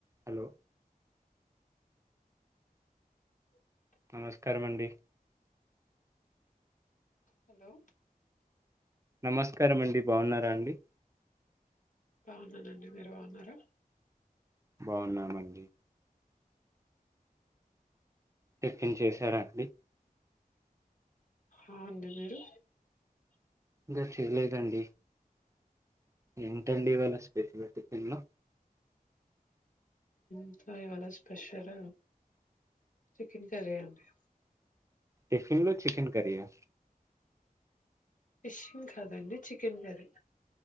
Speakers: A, on the right; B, on the left.
A: hello
B: <inaudible>
A: నమస్కారమండి
B: hello
A: నమస్కారం అండి బాగున్నారా అండి
B: బాగున్నానండి మీరు బాగున్నార
A: బాగున్నామండి టిఫిన్ చేసారా అండి
B: అ అండి మీరు
A: ఇంకా చేయలేదండి ఏంటండి ఇవాళ స్పెసిఫ పల్లో
B: ఇకా ఇవాళ స్పెషల్ చికెన్ కర్రీ అండి
A: టిఫిన్ లో చికెన్ కర్రీయా
B: ఫిష్ ని కాదండి chicken curry